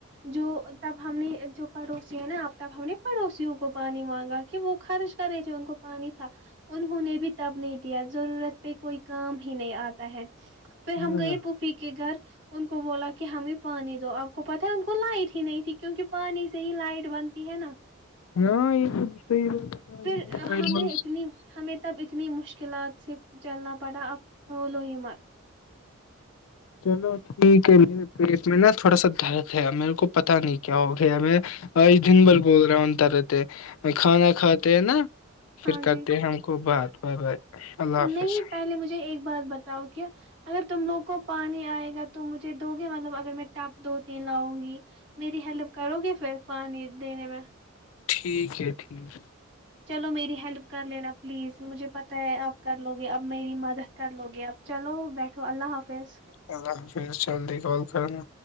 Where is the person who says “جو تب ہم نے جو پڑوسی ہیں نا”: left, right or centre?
Right